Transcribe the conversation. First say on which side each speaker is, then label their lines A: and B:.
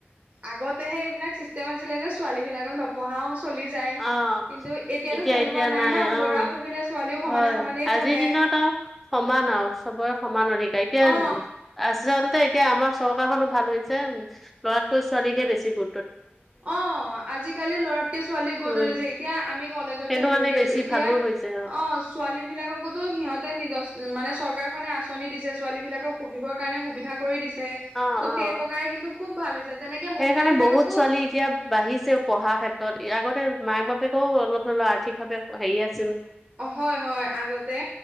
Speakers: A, on the right; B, in the centre.
A: আগতেহে এইবিলাক চিষ্টেম আছিলে যে ছোৱালী বিলাকক নপঢ়াও চলি যায়
B: অ',
A: কিন্তু এতিয়াতো
B: এতিয়া
A: তেনেকুৱা
B: এতিয়া
A: নাই ন ল'ৰা
B: অ',
A: পঢ়িলে ছোৱালীও সমানে
B: হয়
A: সমানেই
B: আজিৰ
A: পঢ়ে।
B: দিনত সমান আৰু চবৰে সমান অধিকাৰ এতিয়া
A: অ
B: আ চলতে এতিয়া আমাৰ চৰকাৰখনো ভাল হৈছে ল'ৰাতকৈ ছোৱালীকহে বেছি গু
A: অ' আজিকালি ল'ৰাতকে ছোৱালী
B: উম,
A: এতিয়া আমি কলেজত
B: সেইটো
A: যে পঢ়ি
B: কাৰণে
A: আছো
B: বেছি
A: এতিয়া
B: ভালো হৈছে
A: অ' ছোৱালী বিলাককো সিহঁতে মানে চৰকাৰখনে আঁচনি দিছে ছোৱালী বিলাকক পঢ়িবৰ কাৰণে সুবিধা কৰি দিছে। ত'
B: অ', অ'।
A: সেই প্ৰকাৰে কিন্তু খুব ভাল হৈছে তেনেকে
B: সেইকাৰণে
A: মহিলা বিলাককো
B: বহুত ছোৱালী এতিয়া বাঢ়িছেও পঢ়া ক্ষেত্ৰত আগতে মাক বাপেকেও অলপ ধৰিলেও আৰ্থিকভাৱে হেৰি আছে
A: হয়, হয় আগতে